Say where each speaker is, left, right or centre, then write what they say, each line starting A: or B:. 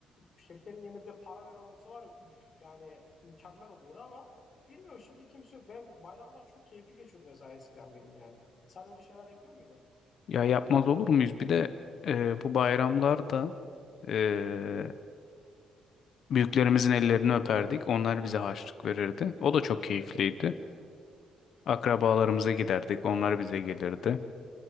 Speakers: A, on the left (about 45°); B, on the left (about 65°).
A: şekerin yerine bir de para veren olsa var ya üf yani mükemmel oluyordu ama bilmiyorum şimdi kimse yok. Ben bayramlar çok keyifli geçiyordu mesela eskiden benim yani. Sen öyle şeyler yapıyor muydun?
B: Ya yapmaz olur muyuz? Bir de e, bu bayramlarda e, büyüklerimizin ellerini öperdik. Onlar bize harçlık verirdi. O da çok keyifliydi. Akrabalarımıza giderdik. Onlar bize gelirdi.